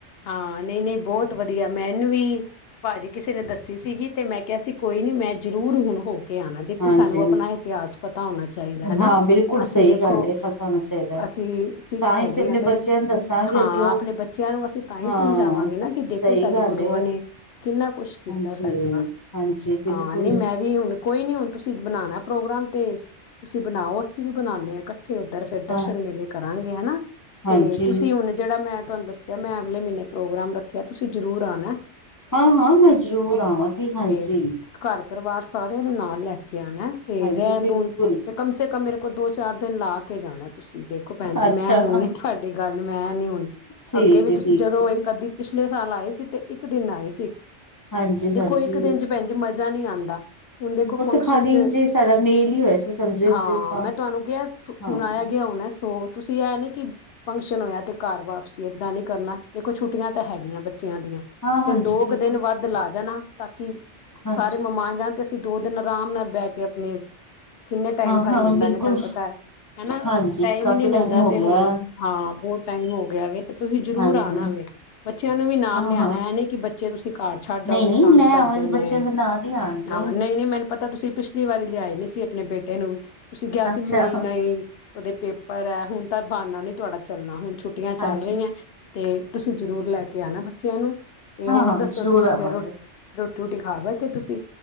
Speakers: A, on the left; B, on the left.
A: ਹਾਂ ਨਹੀਂ ਨਹੀਂ ਬਹੁਤ ਵਧੀਆ ਮੈਂ ਇਹਨੂੰ ਵੀ ਭਾਜੀ ਕਿਸੇ ਕਿਸੇ ਨੇ ਦੱਸੀ ਸੀਗੀ ਤੇ ਮੈਂ ਕਿਹਾ ਸੀ ਕੋਈ ਨੀ ਮੈਂ ਜ਼ਰੂਰ ਹੁਣ ਹੋ ਕੇ ਆਉਣਾ ਦੇਖੋ
B: ਹਾਂਜੀ
A: ਸਾਨੂੰ ਆਪਣਾ ਇਤਿਹਾਸ ਪਤਾ ਹੋਣਾ ਚਾਹੀਦਾ ਹਨਾ
B: ਹਾਂ ਬਿਲਕੁਲ
A: ਅਸੀਂ
B: ਸਹੀ
A: ਦੇਖੋ
B: ਗੱਲ ਹੈ ਪਤਾ ਹੋਣਾ ਚਾਹੀਦਾ ਹੈ
A: ਅਸੀਂ ਸਿੱਖ
B: ਤਾਂ
A: ਹੈਗੇ
B: ਹੀ ਅਸੀਂ ਆਪਣੇ
A: ਹ ਤੇ
B: ਬੱਚਿਆਂ ਨੂੰ ਦੱਸਾਂਗੇ
A: ਹਾਂ
B: ਅੱਗੇਓ
A: ਆਪਣੇ ਬੱਚਿਆਂ ਨੂੰ ਅਸੀਂ ਤਾਂ ਹੀ
B: ਹਾਂ
A: ਸਮਝਾਵਾਂਗੇ ਨਾ ਕਿ ਦੇਖ
B: ਸਹੀ
A: ਸਾਡੇ
B: ਗੱਲ
A: ਗੁਰੂਆਂ
B: ਏ
A: ਨੇ ਕਿੰਨਾ ਕੁਛ ਕੀਤਾ
B: ਹਾਂਜੀ
A: ਸਾਡੇ ਵਾਸਤੇ
B: ਹਾਂਜੀ ਬਿਲਕੁਲ
A: ਹਾਂ ਨਹੀਂ ਮੈਂ ਵੀ ਕੋਈ ਨੀ ਹੁਣ ਤੁਸੀਂ ਬਣਾਉਣਾ ਪ੍ਰੋਗਰਾਮ ਤੇ ਤੁਸੀਂ ਬਣਾਓ ਅਸੀਂ ਵੀ ਬਣਾਦੇ ਹਾਂ ਇਕੱਠੇ ਥੇ ਉੱਧਰ ਫਿਰ ਦਰਸ਼ਨ
B: ਹਾਂ
A: ਮੇਲੇ ਕਰਾਂਗੇ ਹਨਾ
B: ਹਾਂਜੀ
A: ਤੇ ਤੁਸੀਂ ਹੁਣ ਜਿਹੜਾ ਮੈਂ ਤੁਹਾਨੂੰ ਦੱਸਿਆ ਮੈਂ ਅਗਲੇ ਮਹੀਨੇ ਪ੍ਰੋਗਰਾਮ ਰੱਖਿਆ ਤੁਸੀਂ ਜਰੂਰ ਆਉਣਾ
B: ਹਾਂ ਹਾਂ ਮੈਂ ਜ਼ਰੂਰ ਆਵਾਂਗੀ ਹਾਂਜੀ
A: ਤੇ ਘਰ ਪਰਿਵਾਰ ਸਾਰਿਆਂ ਨੂੰ ਨਾਲ ਲੈ ਕੇ ਤੇ
B: ਹਾਂਜੀ
A: ਰਹਿਣ
B: ਬਿਲਕੁਲ
A: ਰੂਣ ਤੇ ਕਮ ਸੇ ਕਮ ਮੇਰੇ ਕੋ ਦੋ ਚਾਰ ਦਿਨ ਲਾ ਕੇ ਜਾਣਾ ਤੁਸੀਂ ਦੇਖੋ ਭੈਣ ਜੀ
B: ਅੱਛਾ
A: ਮੈਂ ਹੁਣ ਨ ਤੁਹਾਡੀ ਗੱਲ ਮੈਂ ਨੀ ਹੁਣ
B: ਠੀਕ
A: ਅੱਗੇ ਵੀ
B: ਹੈ
A: ਤੁਸੀਂ
B: ਠੀਕ
A: ਜਦੋਂ ਇੱਕ
B: ਹੈ
A: ਅੱਧੀਛ ਪਿਛਲੇ ਸਾਲ ਆਏ ਸੀ ਤੇ ਇੱਕ ਦਿਨ ਆਏ ਸੀ
B: ਹਾਂਜੀ
A: ਦੇਖੋ
B: ਹਾਂਜੀ
A: ਇੱਕ ਦਿਨ ਚ ਭੈਣ ਜੀ ਮਰਜ਼ ਮਾ ਨਹੀਂ ਆਉਂਦਾ ਹੁਣ ਦੇਖੋ ਫੰਕਸ਼ਨ
B: ਉਹ ਤਾਂ ਖਾਲੀ
A: ਚ
B: ਜੇ ਸਾਡਾ ਮੇਲ ਹੀ ਹੋਇਆ ਸੀ ਸਮਝੋ ਇੱਕ
A: ਹਾਂ
B: ਦਫਾ
A: ਮੈਂ ਤੁਹਾਨੂੰ ਕਿਹਾ
B: ਹਾਂ
A: ਹੁਣ ਆਇਆ ਗਿਆ ਹੁਣ ਸੋ ਤੁਸੀਂ ਇਹ ਨੀ ਕਿ ਫੰਕਸ਼ਨ ਹੋਇਆ ਤੇ ਘਰ ਵਾਪਸੀ ਏਦਾਂ ਨੀ ਕਰਨਾ ਦੇਖੋ ਛੁੱਟੀਆਂ ਤਾਂ ਹੈਗੀਆਂ ਬੱਚਿਆਂ ਦੀਆਂ
B: ਹਾਂ
A: ਤੇ
B: ਹਾਂਜੀ
A: ਦੋ
B: ਬਿਲਕੁਲ
A: ਕੁ ਦਿਨ ਵੱਧ ਲਾ ਜਾਣਾ ਤਾਂਕ
B: ਹਾਂਜੀ
A: ਸਾਰੇ ਮਮਾਨ ਜਾਂ ਅਸੀਂ ਦੋ ਦਿਨ ਆਰਾਮ ਨਾਲ ਬਹਿ ਕੇ ਆਪਣੇ ਕਿੰਨੇ ਟਾਈਮ
B: ਹਾਂ
A: ਬਾਅਦ
B: ਹਾਂ
A: ਮਿਲਾਂਗੇ
B: ਬਿਲਕੁਲ
A: ਤੁਹਾਨੂੰ ਪਤਾ ਹੈ
B: ਹਾਂਜੀ
A: ਟਾਈਮ
B: ਕਾਫੀ
A: ਹੀ ਨਹੀਂ ਮਿਲਦਾ
B: ਟਾਈਮ ਹੋ
A: ਤੇ
B: ਗਿਆ
A: ਹੁਣ ਹਾਂ ਬਹੁਤ ਟਾਈਮ ਹੋ ਗਿਆ ਵ ਤੇ ਤੁਸੀਂ ਜ਼ਰੂਰ
B: ਹਾਂਜੀ
A: ਆ ਨਾ ਵੇ ਬੱਚਿਆਂ ਨੂੰ ਵੀ ਨਾਲ
B: ਹਾਂ
A: ਲਿਆਉਣਾ
B: ਹਾਂ
A: ਇਹਨੇ ਕਿ ਬ ਜੇ ਤੁਸੀਂ ਘਰ ਛੱਡ
B: ਨਹੀਂ
A: ਆਓਗੇ
B: ਨਹੀਂ
A: ਤੰਗ
B: ਮੈਂ
A: ਕਰਦੇ
B: ਆਵਂਦੇ ਬੱਚਿਆਂ
A: ਨੇ
B: ਦੇ ਨਾਲ ਹੀ ਆਉਣਗੇ
A: ਹਾਂ ਨਹੀਂ ਨਹੀਂ ਮੈਨੂੰ ਪਤਾ ਤੁਸੀਂ ਪਿੱਛ ਪਿਛਲੀ ਵਾਰੀ ਲਿਆਏ ਨ ਸੀ ਆਪਣੇ ਬੇਟੇ ਨੂੰ ਵੀ ਤੁਸੀਂ ਕਿਹਾ ਸੀ
B: ਅੱਛਾ
A: ਵੀ ਨਹੀਂ ਉਹਦੇ ਪੇਪਰ ਹੈ ਹੁਣ ਤਾਂ ਬਾਨਾ ਨੀ ਤੁਹਾਡਾ ਚੱਲਣਾ ਹੁਣ ਛੁੱਟੀਆਂ ਚੱਲ
B: ਹਾਂਜੀ
A: ਰਹੀਆਂ ਤੇ ਤੁਸੀਂ ਜ਼ਰੂਰ ਲੈ ਕੇ ਆਣਾ ਬੱਚਿਆਂ ਨੂੰ ਤੇ
B: ਹਾਂ
A: ਹੋਰ
B: ਹਾਂ
A: ਦੱਸੋ
B: ਜ਼ਰੂਰ
A: ਤੁਸੀਂ
B: ਆਵਾਂਗੇ
A: ਫਿਰ ਰੋਟੀ ਰੂਟੀ ਖਾ ਬੈਠੇ ਤੁਸੀਂ